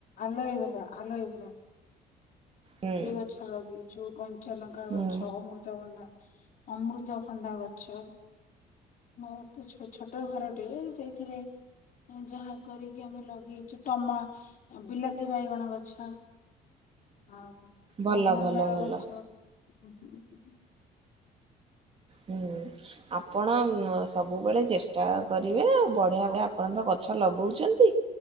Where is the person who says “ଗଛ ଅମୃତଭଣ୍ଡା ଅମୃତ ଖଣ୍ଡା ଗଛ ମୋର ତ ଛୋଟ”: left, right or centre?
Left